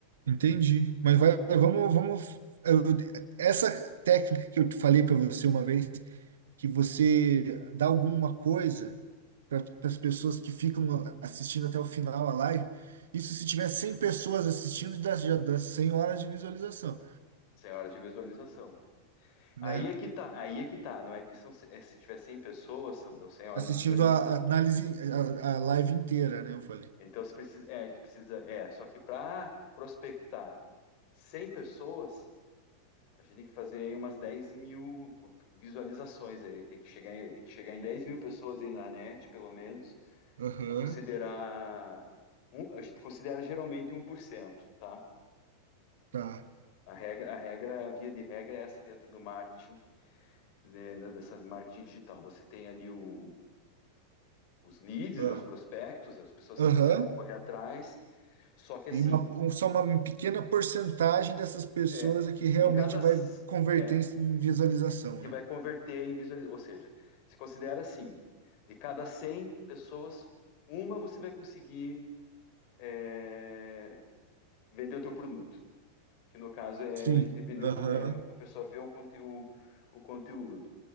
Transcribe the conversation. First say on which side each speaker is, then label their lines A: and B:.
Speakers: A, on the right (about 60°); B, on the left (about 45°).
A: entendi. Mas vai,
B: tá?
A: vai- vamos, vamos. eu- essa técnica que eu te falei para você uma vez, que você dá alguma coisa para as pessoas que ficam assistindo até o final a live, isso se tiver 100 pessoas assistindo, dá, já dá 100 horas de visualização,
B: 100 horas de visualização.
A: né?
B: Aí é que tá, aí é que tá. Não é que são, é, se tiver 100 pessoas, são, dão 100 horas
A: Assistindo
B: de visualização.
A: a, a análise, a, a live inteira, né? Eu falei.
B: Então você precisa, é, a gente precisa, é, só que para prospectar 100 pessoas, a gente tem que fazer aí umas dez mil visualizações aí, tem que chegar em, tem que chegar em dez mil pessoas aí na net, pelo menos,
A: Aham,
B: para considerar, um, a gente considera geralmente 1%, tá?
A: tá.
B: A regra, a regra, a via de regra é essa dentro do marketing, né, dessa marketing digital. Você tem ali o, os leads,
A: Ah,
B: né, os prospectos, as pessoas
A: Aham.
B: que você vai correr atrás, só que assim,
A: E uma, um- só uma pequena porcentagem dessas pessoas
B: É,
A: é que realmente
B: de cada.
A: vai
B: c-
A: converter
B: É,
A: em, em visualização,
B: que
A: né?
B: vai converter em visualização. Ou seja, se considera assim: de cada 100 pessoas, uma você vai conseguir é, vender o teu produto. Que no caso é
A: Sim,
B: a gente vendeu
A: aham.
B: a pessoa vê o, conte- o- o conteúdo.